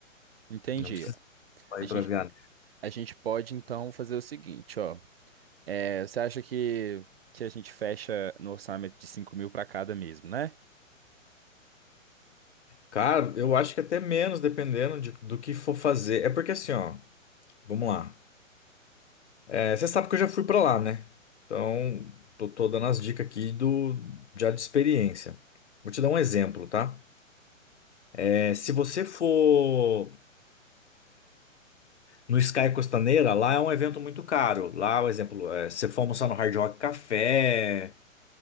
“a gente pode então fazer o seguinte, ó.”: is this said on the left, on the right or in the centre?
Right